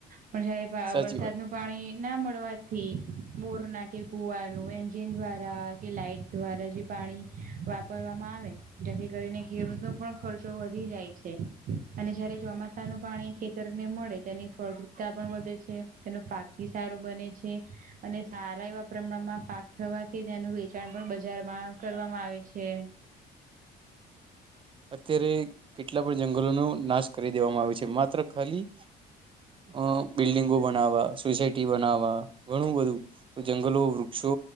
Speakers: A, on the right (about 55°); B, on the right (about 30°).
A: પણ જયારે
B: સાચી
A: વરસાદ
B: વાત
A: નું પાણી ના મળવાથી બોર ના કે કુવાનું એજિન દ્વારા કે લાાઈટ દ્વારા જે પાણી વાપરવામાં આવે જેથી કરીને ખેડૂતો પણ ખર્ચો વધી જાય છે. અને જયારે ચોમાસા નું પાણી ખેતરને મળે તેની ફળદ્રપતા પણ વધે છે. તેનો પાક ભી સારો બને છે. અને સારા એવા પ્રમાણમાં પાક થવાથી તેનું વેચાણ પણ બજારમાં કરવામાં આવે છે.
B: અત્યારે કેટલા પણ જંગલોનો નાશ કરી દેવામાં આવ્યો છે માત્ર ખાલી અ બિલ્ડિંગો બનાવવા સોસાયટી બનાવવા ઘણું બધું તો જંગલો વૃક્ષો